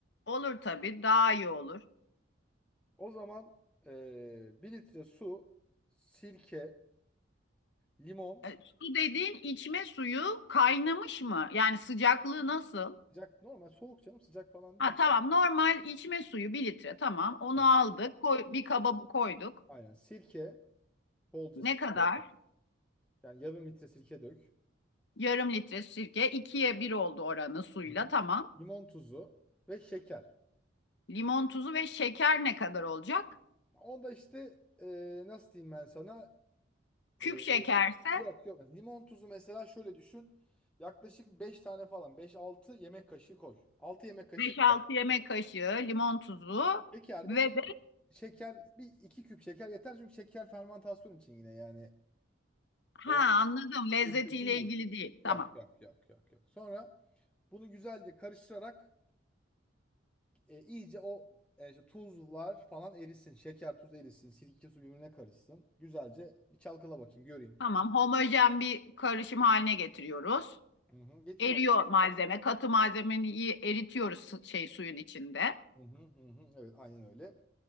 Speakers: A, on the left (about 60°); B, in the centre.
A: Olur tabii. Daha iyi olur.
B: O zaman eee 1 litre su, sirke, limon,
A: E, su dediğin içme suyu kaynamış mı? Yani sıcaklığı nasıl?
B: sıcak normal soğuk canım sıcak falan
A: Ha
B: değil.
A: tamam. Normal içme suyu bir litre. Tamam. Onu
B: Aynen.
A: aldık. Koy, bir kaba koyduk.
B: Aynen. Sirke, bolca
A: Ne
B: sirke.
A: kadar?
B: Yani yarım litre sirke dök.
A: Yarım litre sirke. ikiye bir oldu oranı suyla.
B: Hı. hı.
A: Tamam.
B: limon tuzu ve şeker.
A: Limon tuzu ve şeker ne kadar olacak?
B: Onda işte e, nasıl diyeyim ben sana?
A: Küp
B: E,
A: şekerse
B: yok yok. Limon tuzu mesela şöyle düşün. Yaklaşık 5 tane falan. beş altı yemek kaşığı koy. Altı yemek kaşığı
A: Beş
B: koy.
A: altı yemek kaşığı limon tuzu
B: Şeker
A: ve
B: de bir
A: de
B: şeker bir iki küp şeker yeter çünkü şeker fermantasyon için yine yani
A: ha
B: öyle
A: anladım lezzetiyle
B: bir şey için değil.
A: ilgili değil.
B: Yok
A: Tamam.
B: yok yok yok yok. Sonra bunu güzelce karıştırarak E, iyice o e, işte tuzlar falan erisin. Şeker, tuz erisin. Sirke su birbirine karışsın. Güzelce bir çalkala bakayım göreyim.
A: Tamam. Homojen bir karışım haline getiriyoruz.
B: Hı hı, getir
A: Eriyor
B: bakalım.
A: malzeme. Katı malzemeyi iyi eritiyoruz su- şey suyun içinde.
B: Hı hı, hı hı. Evet aynen öyle.